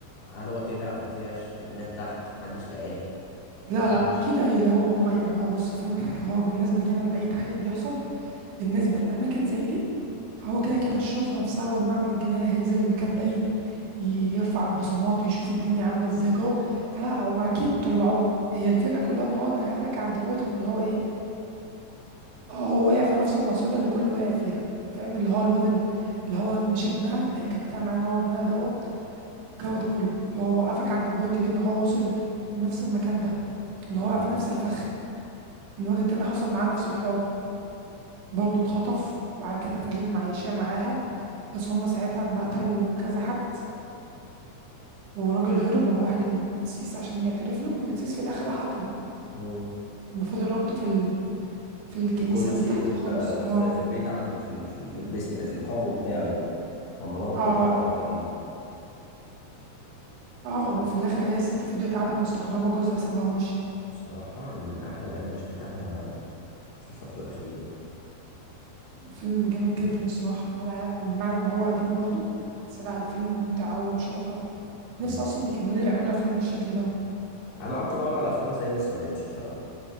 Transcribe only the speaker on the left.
هل هو طلع ما طلعش مات تحت محدش لقاه
تفهمش
مم.
مم.
في الكرسي
لا
ده
في, في البيت عنده في ال... في البسم في القبو بتاعه يعني لما ربطه
وحرقه
تقريبا
بس
بصراحة أنا من أحلى الأيام اللي شفتها في الفترة الأخيرة يعني
مم.
أنا قعدت أدور على أفلام زيه بس ما لقيتش بصراحة